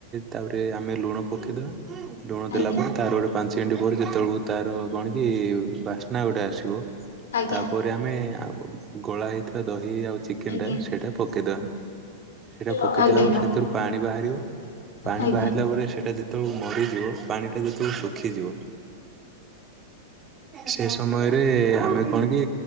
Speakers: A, on the right; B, on the left.
A: ତାପରେ ଆମେ ଲୁଣ ପକେଇଦବା। ଲୁଣ
B: ଆଜ୍ଞା
A: ଦେଲା ପରେ ତାର ଗୋଟେ ପାଞ୍ଚ ମିନିଟ ପରେ ଯେତେବେଳକୁ ତାର କଣ କି ବାସ୍ନା ଗୋଟେ ଆସିବ
B: ଆଜ୍ଞ
A: ତାପରେ ଆମେ ଗଳା ହେଇଥିବା ଦହି ଆଉ ଚିକେନଟା
B: ଆଜ୍ଞା
A: ସେଇଟା ପକାଇଦେବା। ସେଇଟା ପକେଇ
B: ଆଜ୍ଞା ଆଜ୍ଞା
A: ଦେେଲା ପରେ ସେଥିରୁ ପାଣି ବାହାରିବ। ପାଣି
B: ଆଜ୍ଞା
A: ବାହାରିଲା ପରେ ସେଟା ଯେ- - ତେବେଳ ମରିଯିବ। ପାଣି ଟା ଯେତେବେଳେ ଶୁଖିଯିବ ସେ ସମୟରେ ରେ ଆମେ କଣ କି